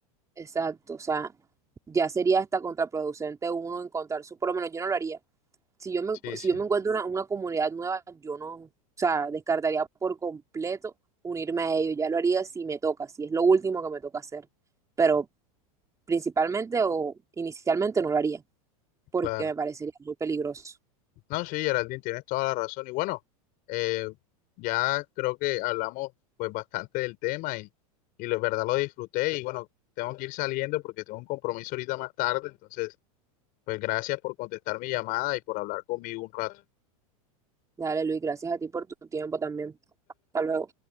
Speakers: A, on the right; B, on the left.
A: Exacto, o sea, ya sería hasta contraproducente uno encontrar su, por lo menos yo no lo haría. Si yo me,
B: Sí,
A: si
B: sí,
A: yo me encuentro una, una comunidad nueva, yo no, o sea, descartaría por completo unirme a ellos. Ya lo haría si me toca, si es lo último que me toca hacer. Pero principalmente o inicialmente no lo haría. porque
B: claro.
A: me parecería muy peligroso.
B: No, sí, Geraldine, tienes toda la razón. Y bueno, eh, ya creo que hablamos pues bastante del tema y, y la verdad lo disfruté. Y bueno, tengo que ir saliendo porque tengo un compromiso ahorita más tarde. Entonces, pues gracias por contestar mi llamada y por hablar conmigo un rato.
A: Dale, Luis, gracias a ti por tu tiempo también. Hasta luego.